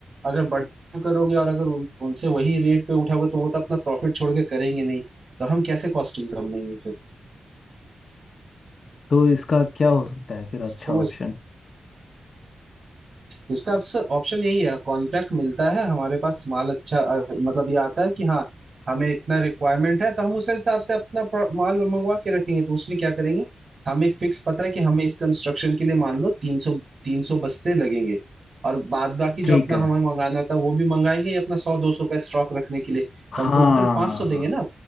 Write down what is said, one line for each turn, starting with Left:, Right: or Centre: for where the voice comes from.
Right: अगर बड़े काम करोगे और अगर उन, उनसे वही रेट पे उठाओगे तो वो तो अपना प्रॉफिट छोड़ के करेंगे नहीं तो हम कैसे कॉस्टिंग कम लेंगे फिर
Left: तो इसका क्या हो सकता है फिर अच्छा
Right: समझ
Left: ऑप्शन
Right: इसका आपसे ऑप्शन यही है कॉन्ट्रैक्ट मिलता है हमारे पास माल अच्छा अ, मतलब ये आता है कि हाँ हमें इतना रिक्वायरमेंट है तो हम उस हिसाब से अपना प्रो- माल मंगवा के रखेंगे तो उसमें क्या करेंगे हम एक फिक्स पता है कि हमें इस कंस्ट्रक्शन के लिए मान लो तीन सौ तीन सौ बस्ते लगेंगे और बाद बाकी
Left: ठीक
Right: जो अपना
Left: है
Right: हमें मंगाना होता है वो भी मंगाएंगे ये अपना सौ दो सौ का स्टॉक रखने के लिए तो
Left: हाँ
Right: हम टोटल पांच सौ देंगे ना